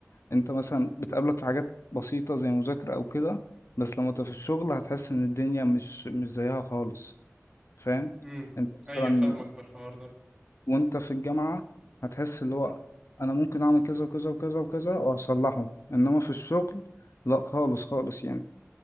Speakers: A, on the left (about 65°); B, on the right (about 20°).
A: انت مثلا بتقابلك في حاجات بسيطة زي مذاكرة او كده بس لما تبقى في الشغل هتحس ان الدنيا مش مش زيها خالص فاهم
B: امم
A: انت مثلا
B: ايوه فاهمك في الحوار ده
A: وانت في الجامعة هتحس اللي هو
B: مم.
A: انا ممكن اعمل كذا وكذا وكذا وكذا واصلحه انما في الشغل لا خالص خالص يعني